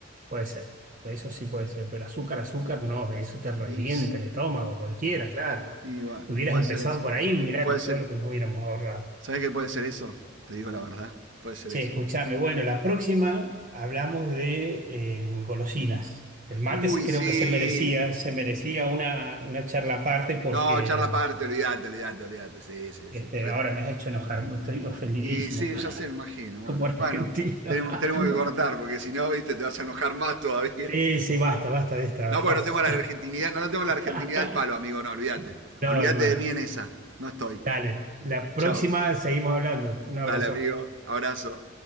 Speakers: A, on the right; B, on the right.
A: puede ser, eso sí puede ser, pero azúcar, azúcar, no, eso te revienta
B: Y,
A: el estómago, cualquiera, claro,
B: y bueno,
A: hubieras
B: puede
A: empezado
B: ser eso.
A: por ahí, mirá
B: Puede ser.
A: todo lo que nos hubiéramos ahorrado.
B: ¿Sabes qué puede ser eso? Te digo la verdad. Puede ser
A: Che,
B: eso.
A: escúchame. Bueno, la próxima hablamos de eh, golosinas. El mate
B: Uy,
A: sí creo
B: sí.
A: que se merecía, se merecía una, una charla aparte porque
B: No, charla aparte, olvídate, olvídate, olvídate. Sí, sí,
A: este,
B: sí. Re-
A: ahora me has hecho enojar, estoy ofendidísimo
B: Y sí,
A: <laughs>
B: ya se me imagino. Bueno,
A: como argentino.
B: bueno, tenemos, tenemos
A: <laughs>
B: que cortar porque si no, viste, te vas a enojar más todavía.
A: Sí, sí, basta, basta de esta
B: No,
A: farsa.
B: porque no tengo la argentinidad, no la tengo la argentinidad
A: <laughs>
B: al palo, amigo, no, olvídate.
A: No,
B: Olvídate
A: hermano.
B: de mí en esa. No estoy.
A: Dale, la próxima
B: Chao.
A: seguimos hablando. Un abrazo.
B: Dale, amigo. Abrazo.